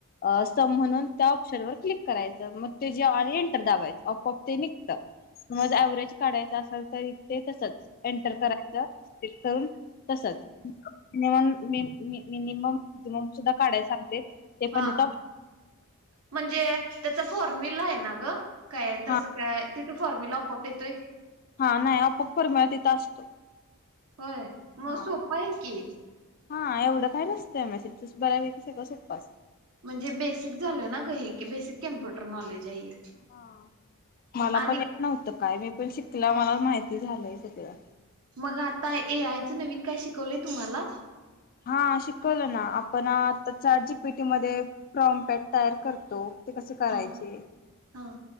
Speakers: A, on the left; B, on the right.
A: आस म्हणून त्या ऑप्शन वर क्लिक करायचं, मग ते जे एंटर दावायचं, अप अप ते निघतं, म व्हरेज काढायचं असेल तर ते तसच एंटर करायचं सले <unintelligible> करून तसचम मिनिमम मॅक्सिमम सुद्धा काढाय सांगते. ते पण
B: हा
A: तिथं
B: म्हणजे. त्याच. फॉर्म्युला आहे. ना ग काय तसं
A: हा
B: काय तिथे फॉर्म्युला आपप येतोय.
A: हा नाही आपोआप फॉर्म्युला तिथं असतो
B: होय मग
A: हा
B: सोपा आहे की.
A: हा एवढं काय नसतंय, मेसे त बऱ्या विक सगळ सोपपास.
B: म्हणजे बेसिक झालं ना ग हे की, बेसिक कम्प्युटर नॉलेज. आहे हे.
A: हा मला
B: आणि
A: पण येत नव्हत काय मी पण शिकला मला माहिती झालंय सगळं.
B: मग आता ए आयचं नवीन काय, शिकवलंय तुम्हाला?
A: हा शिकवलं ना आपण आता चॅट जी पी टी मध्ये प्रॉमपॅट तयार करतो. ते कसे करायचे?
B: हा हा